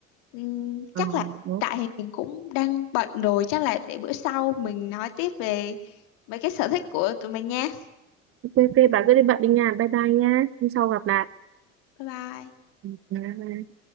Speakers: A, on the left; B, on the right.
A: Ừm,
B: Ờ,
A: chắc là
B: đúng
A: tại thì mình cũng đang bận rồi chắc là để bữa sau mình nói tiếp về mấy cái sở thích của tụi mình nha
B: ok ok bà cứ đi bận đi nha bye bye nha hôm sau gặp lại
A: bye bye
B: Ừ, bye bye.